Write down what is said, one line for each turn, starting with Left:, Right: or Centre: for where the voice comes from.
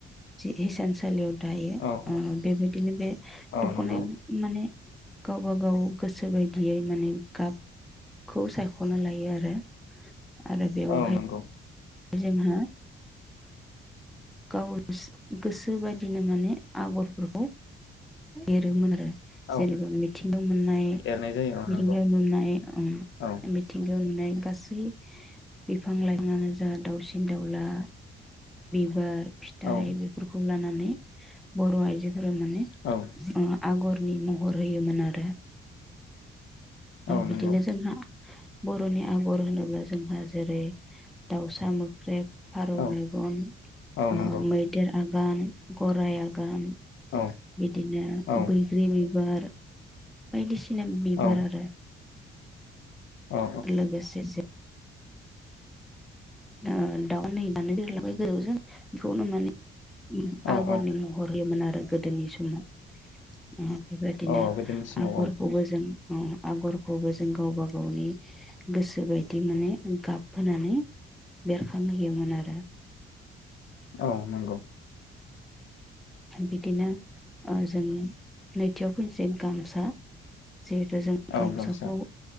Centre: हिसानसालियाव। दायो
Left: औ औ
Centre: बेबायदिनो बे
Left: औ
Centre: दखनाया
Left: नंगौ
Centre: माने। गावबा गाव गोसो बायदियै माने गाब। खौ सायखना लायो आरो। आरो बेवहाय।
Left: औ नंगौ
Centre: जोंहा। गाव गोसो बायदिनो माने आगरफोरखौ एरोमोन आरो। जेनेबा
Left: औ
Centre: मिथिंगायाव मोननाय
Left: एरनाय जायो औ
Centre: मिथिंगायाव
Left: नंगौ
Centre: मोननाय
Left: औ
Centre: मिथिंगायाव मोननाय। गासै बिफां लाइफाङानो जा दाउसिन दाउला। बिबार। फिथाइ
Left: औ
Centre: बेफोरखौ लानानै। बर आयजोफोरा। फोरोंनानै
Left: औ
Centre: ओं। आगरनि महर होयोमोन आरो।
Left: औ
Centre: बिदिनो
Left: नंगौ
Centre: जोंहा। बर'नि आगर होनोब्ला जोंहा जेरै दावसा मोख्रेब। फारौ
Left: औ
Centre: मेगन।
Left: औ
Centre: ओ
Left: नंगौ
Centre: मैदेर आगान। आगान गराय आगान।
Left: औ
Centre: बिदिनो
Left: औ
Centre: बैग्रि बिबार बायदिसि सिना बिबार
Left: औ
Centre: आरो
Left: औ
Centre: लोगोसे ना दाउन नानै दोनलांबाय गोजौजों बेखौनो माने उम
Left: औ
Centre: आगरनि
Left: औ
Centre: महर होयोमोन आरो रो गोदोनि समाव उम बेबायदिनो
Left: औ गोदोनि समाव
Centre: आगरखौबो
Left: औ
Centre: जों उम आगरखौबो जों गावबा गावनि गोसो बायदि माने गाब होनानै बेरखांहोयोमोन आरो
Left: औ नंगौ।
Centre: बिदिनो ओ जों नैथियाव फैनोसै गामसा जिहेथु जों
Left: औ
Centre: गामसाखौ
Left: गामसा